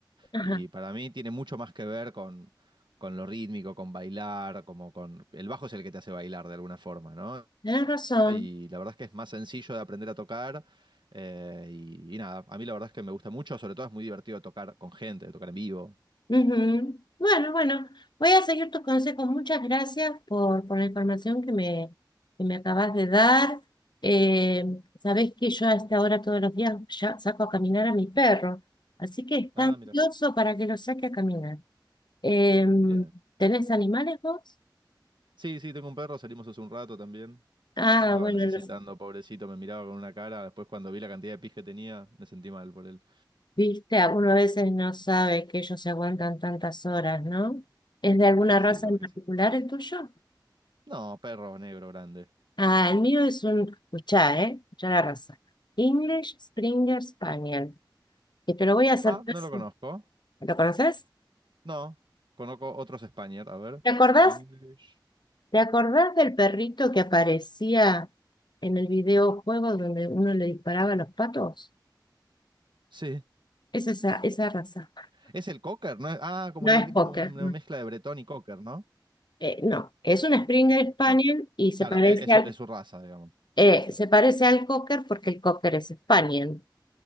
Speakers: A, on the left; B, on the right.
A: Ajá,
B: Y para mí tiene mucho más que ver con, con lo rítmico, con bailar, como con... El bajo es el que te hace bailar de alguna forma, ¿no?
A: tenés razón.
B: Y la verdad es que es más sencillo de aprender a tocar. eh, y, y nada, a mí la verdad es que me gusta mucho, sobre todo es muy divertido tocar con gente, tocar en vivo.
A: Ujú. Bueno, bueno, voy a seguir tus consejos. Muchas gracias por, por la información que me, que me acabas de dar. Eh, sabés que yo a esta hora todos los días ya saco a caminar a mi perro, así que está
B: Ah,
A: ansioso
B: mira.
A: para que lo saque a caminar. Em,
B: Bien.
A: ¿tenés animales vos?
B: Sí, sí, tengo un perro, salimos hace un rato también.
A: Ah,
B: Estaba
A: bueno,
B: necesitando,
A: no-
B: pobrecito, me miraba con una cara. Después cuando vi la cantidad de pis que tenía, me sentí mal por él.
A: viste, a- uno a veces no sabe que ellos se aguantan tantas horas, ¿no? ¿Es de alguna
B: Y sí,
A: raza
B: la
A: en
B: verdad
A: particular
B: que sí.
A: el tuyo?
B: No, perro negro grande.
A: Ah, el mío es un, escuchá, ¿eh? Escuchá la raza. English Springer Spaniel. Que te lo voy a hacer
B: Ah,
A: fácil.
B: no lo conozco.
A: ¿Lo conoces?
B: No, conozco otros Spaniel. A ver,
A: ¿Te acordás?
B: English.
A: ¿Te acordás del perrito que aparecía en el videojuego donde uno le disparaba a los patos?
B: Sí,
A: Es esa, esa raza.
B: es el Cocker, ¿no? es- Ah, como
A: No
B: el,
A: es
B: es
A: poker,
B: como una
A: no.
B: mezcla de Bretón y Cocker, ¿no?
A: Eh, no, es un Springer Spaniel
B: No.
A: y se
B: Claro,
A: parece
B: e- es, su,
A: al
B: es su raza, digamos.
A: Eh,
B: Claro,
A: se parece al cocker porque el cocker es Spaniel,